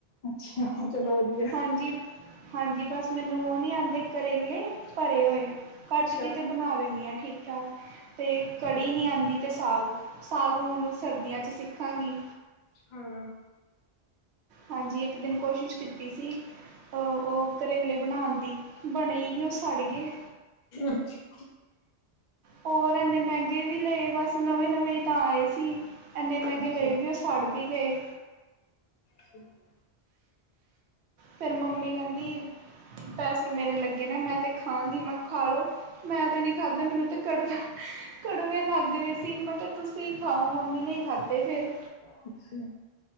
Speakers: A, on the left; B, on the right.
A: ਅੱਛਾ ਚਲੋ ਵਧੀਆ
B: ਹਾਂਜੀ ਹਾਂਜੀ, ਬਸ ਮੈਨੂੰ ਉਹ ਨਹੀਂ ਆਉਂਦੇ ਕਰੇਲੇ ਭਰੇ ਹੋਏ
A: ਅੱਛਾ।
B: ਕੱਟ ਕੇ ਤਾਂ ਬਣਾ ਦਿੰਦੀ ਹਾਂ, ਠੀਕ ਮਠਾ ਅਤੇ ਕੜੀ ਨਹੀਂ ਆਉਂਦੀ ਤੇ ਸਾਗ, ਸਾਗ ਹੁਣ ਸਰਦੀਆਂ 'ਚ ਸਿੱਖਾਂਗੀ।
A: ਛਾਂ ਅ
B: ਹਾਂਜੀ, ਇੱਕ ਦਿਨ ਕੋਸ਼ਿਸ਼ ਕੀਤੀ ਸੀ। ਉਹ ਕਰੇਲੇ ਬਣਾਉਣ ਦੀ, ਬਣੇ ਨਹੀਂ ਉਹ ਸਾੜ ਗਏ।
A: ਅੱਛਾ
B: ਹੋਰ ਇਨੇ ਮਹਿੰਗੇ ਵੀ ਲਏ, ਬਸ ਨਵੇਂ ਨਵੇਂ ਤਾਂ ਆਏ ਸੀ। ਇੰਨੇ ਮਹਿੰਗੇ
A: ਅੱਛਾ,
B: ਲਏ ਵੀ ਉਹ ਸਾੜ ਵੀ ਗਏ।
A: <unintelligible>
B: ਫਿਰ ਮੰਮੀ ਕਹਿੰਦੀ, ਪੈਸੇ ਮੇਰੇ ਲੱਗੇ ਨੇ, ਮੈਂ ਤਾਂ ਖਾਂਗੀ, ਮੈਂ ਖਾ ਲਉ ਮੈਂ ਤੇ ਨੀ ਖਾਧਾ, ਮੈਨੂੰ ਤੇ ਕੜ <unintelligible> ਕੜਵੇ ਲੱਗ ਰਹੇ ਸੀ, ਮੈਂ ਕਿਹਾ, ਤੁਸੀਂ ਖਾਓ, ਮੰਮੀ ਨੇ ਹੀ ਖਾਧੇ ਫਿਰ।
A: ਅੱਛਾ